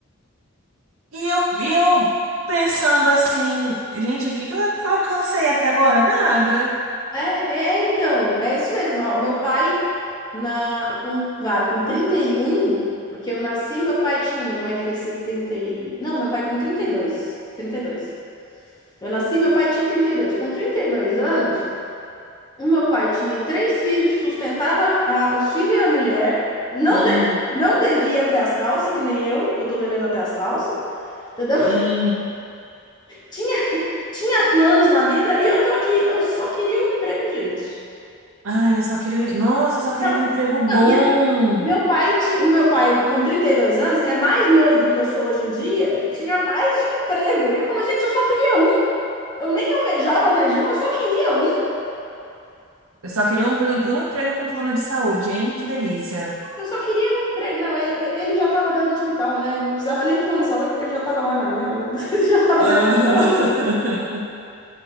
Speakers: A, on the right (about 85°); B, on the left (about 20°).
A: E eu, e eu pensando assim, gente, o que que eu alcancei até agora? Nada.
B: É, é, é, então, é isso mesmo. Ó, meu pai, na, com, vá, com 31, porque eu nasci, meu pai tinha, meu pai fez 70 e... Não, meu pai com trinta trinta e dois, trinta e dois. Eu nasci, meu pai tinha 32. Com 32 anos, o meu pai tinha três filhos, sustentava a- os filhos e a mulher, não,
A: Uhum,
B: de, não devia até as calças, que nem eu, que eu tô devendo até as calças, entendeu?
A: uhum.
B: <laughs> Tinha, tinha planos na vida e eu tô aqui, eu só queria um emprego, gente.
A: Ai, eu só queria. Nossa, eu só queria
B: Não,
A: um emprego bom.
B: não, Meu pai tinha, no meu pai com 32 anos, que é mais novo do que eu sou hoje em dia, tinha mais de um emprego. E eu falo, gente, eu só queria um. Eu nem almejava mais de um, eu só queria um.
A: Eu só queria um, um um emprego com plano de saúde, hein? Que delícia.
B: Eu só queria um emprego. Não, ele, ele já estava dentro do hospital, né? Ele não precisava nem do plano de saúde, porque ele já estava lá na merda. <laughs> Já estava
A: Aham.
B: dentro do hospital.
A: <laughs>